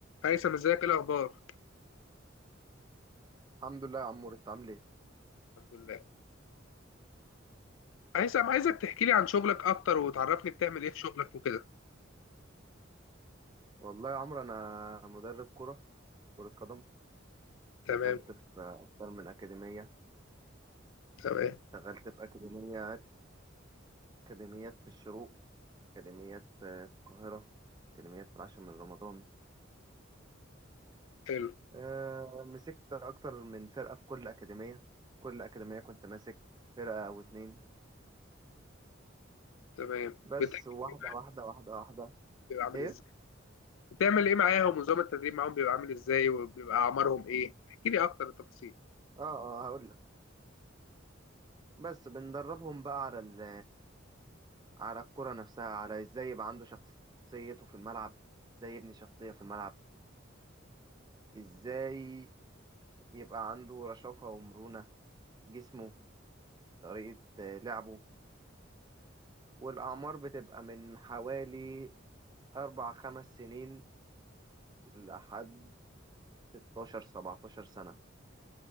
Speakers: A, on the left; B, on the right.
A: هيثم ازيك ايه الاخبار
B: الحمد لله يا عمور انت عامل ايه
A: الحمد لله هيثم عايزك تحكي لي عن شغلك اكتر وتعرفني بتعمل ايه في شغلك وكده
B: والله يا عمرو انا مدرب كرة كرة قدم اشتغلت
A: تمام
B: في اكتر من اكاديمية
A: تمام
B: اشتغلت في اكاديميات اكاديميات في الشروق اكاديميات في القاهرة اكاديميات في العاشر من رمضان
A: حلو
B: اه، مسكت اكتر من فرقة في كل اكاديمية كل اكاديمية كنت ماسك فرقة او اتنين
A: تمام
B: بس
A: بتحكي
B: واحدة
A: لي
B: واحدة واحدة واحدة
A: بيبقى عامل
B: ايه
A: ازاي بتعمل ايه معاهم ونظام التدريب معاهم بيبقى عامل ازاي وبيبقى اعمارهم ايه احكي لي اكتر التفاصيل
B: اه اه هقول لك بس بندربهم بقى على ال على الكرة نفسها على ازاي يبقى عنده شخصيته في الملعب ازاي يبني شخصية في الملعب ازاي يبقى عنده رشاقة ومرونة جسمه طريقة آه، لعبه والأعمار بتبقى من حوالي أربع خمس سنين لحد 16 17 سنة